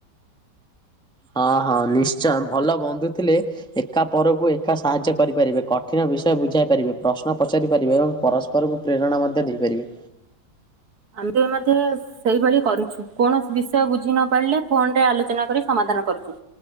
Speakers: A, in the centre; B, on the right.
A: ହଁ ହଁ ନିଶ୍ଚୟ ଭଲ ବନ୍ଧୁ ଥିଲେ ଏକା ପରକୁ ଏକା ସାହାଯ୍ୟ କରିପାରିବେ କଠିନ ବିଷୟ ବୁଝାଇ ପାରିବେ ପ୍ରଶ୍ନ ପଚାରି ପାରିବେ ଏବଂ ପରସ୍ପରକୁ ପ୍ରେରଣା ମଧ୍ୟ ଦେଇପାରିବେ।
B: <unintelligible> ସେଇଭଳି କରୁଛୁ କୌଣସି ବିଷୟ ବୁଝି ନ ପାରିଲେ ଫୋନ ରେ ଆଲୋଚନା କରି ସମାଧାନ କରୁଚୁ।